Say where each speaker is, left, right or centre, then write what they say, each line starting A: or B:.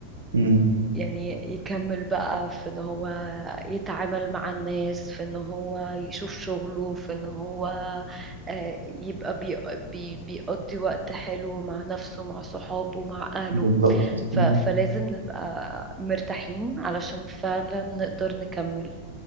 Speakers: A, on the right; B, on the right.
A: مم.
B: يعني يكمل بقى في ان هو يتعامل مع الناس في ان هو يشوف شغله في ان هو آه، يبقى بي بي بيقضي وقت حلو مع نفسه مع صحابه مع اهله
A: بالظبط
B: ف
A: مم.
B: فلازم نبقى مرتاحين علشان فعلا نقدر نكمل